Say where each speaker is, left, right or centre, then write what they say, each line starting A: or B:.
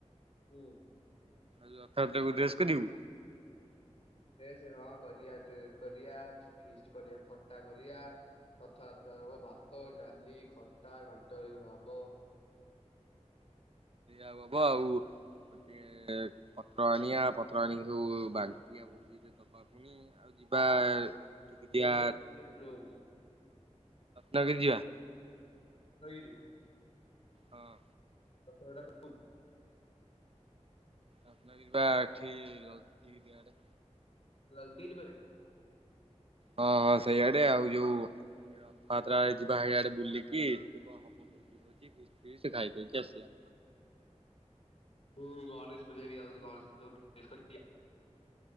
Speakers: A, on the left; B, on the right.
A: ହୁଁ,
B: ଲକାଉ ଟାକୁ ଡ୍ରେସ କରିବୁ।
A: ଡ୍ରେସ ହଁ କରିବା ଡ୍ରେସ କରିବା ଫିଷ୍ଟ କରିବା ଖଟା କରିବା। ରଥଯାତ୍ରା ହବ ଭାତ ଡାଲି ଖଟା ଘାଣ୍ଟଏଇ ଗୁରା ହବ।
B: ଆଉହବ ଆଉ। ଗୋଟେ ପତ୍ର ଆଣିବା ପତ୍ର ଆଣିକି ସବୁ ବାଣ୍ଟିବା ଭୋଜି ଦବା ପୁଣି ଆଉ ଯିବା, ଟିକେ ଯିବା
A: ନେଟ ଟା ଟିକେ ଶ୍ଲୋ ହଉଚି।
B: ନଗି ଯିବା।
A: ହଗିରି।
B: ହଁ।
A: ଆପ ଏଇଟା କୋଉଠି?
B: ଆସୁନ ଯିବା ଏଇଠି ଲଳିତ ଗିରି ଆଡେ।
A: ଲଳିତଗିରି ପାଖରେ।
B: ହଁ ହଁ ସେଇଆଡେ ଆଉ ଯୋଉ ରଥଯାତ୍ରା ଆଡେ ଯିବା ଏଇହାଡେ ବୁଲିକି ସେଠି କଣ ହବ ଖାଇ ଖୁଇ କି ଆସିବା ।
A: <unintelligible> ହୁଁ ଗଣେଶ ପୂଜା ବି ଆଉଛି ଗଣେଶ ପୂଜା